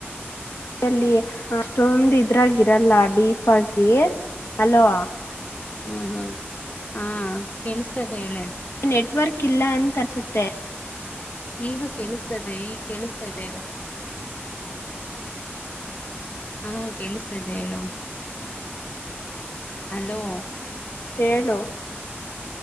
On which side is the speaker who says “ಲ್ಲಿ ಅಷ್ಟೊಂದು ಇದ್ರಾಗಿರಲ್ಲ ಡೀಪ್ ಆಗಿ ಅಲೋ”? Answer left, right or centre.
Left